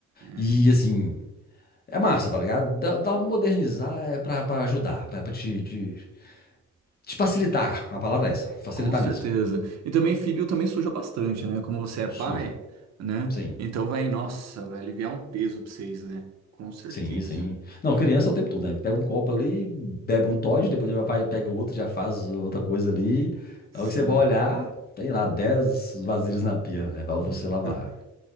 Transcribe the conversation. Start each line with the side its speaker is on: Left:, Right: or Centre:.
Right: É,
Left: E assim, É massa, tá ligado? Dá, dá modernizar é pra, pra ajudar, pra, pra te, te, te facilitar. A palavra é essa, facilitar
Right: com certeza.
Left: mesmo.
Right: E também filho também suja bastante, né? Como você é
Left: Sujo.
Right: pai, né?
Left: Sim,
Right: Então vai, nossa, vai aliviar um peso pra vocês, né? Com certeza.
Left: sim, sim. Não, criança é o tempo todo, né? Pega um copo ali, bebe um Toddy, depois já vai, pega outro, já faz outra coisa ali.
Right: Sim.
Left: É o que você vai olhar, tem lá 10 vasilhas na pia, é pra você
Right: <laughs>
Left: lavar.
Right: Hum.